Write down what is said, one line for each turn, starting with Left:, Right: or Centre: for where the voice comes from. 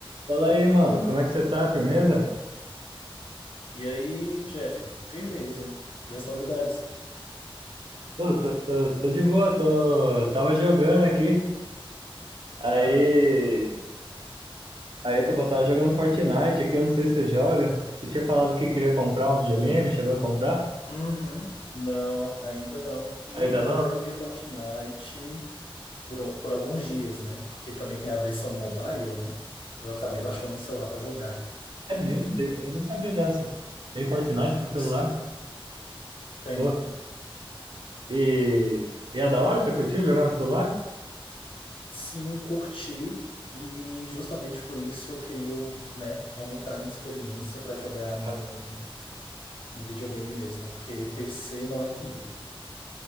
Right: Fala aí, mano, como é que você tá? Firmeza?
Left: E aí, Jeff, firmeza. E as novidades?
Right: Pô, tô, tô, tô de boa, tô, tava jogando aqui, aí,
Left: Aham.
Right: aí eu tava, tava jogando Fortnite aqui, eu não sei se você joga, você tinha falado que queria comprar um videogame, chegou a comprar?
Left: Uhum. Não, ainda não. E
Right: Ainda não?
Left: eu já joguei Fortnite por, por alguns dias, né? Porque também tem a versão mobile, né? Eu acabei baixando no celular para jogar.
Right: É mesmo, tem- eu não sabia dessa, tem Fortnite pro celular,
Left: Sim, tem.
Right: pô, e, e é da hora, você curtiu jogar no celular?
Left: Sim, curti. E justamente por isso eu queria, né, aumentar a minha experiência para jogar no,
Right: Ah,
Left: no videogame mesmo. Porque PC não é comigo.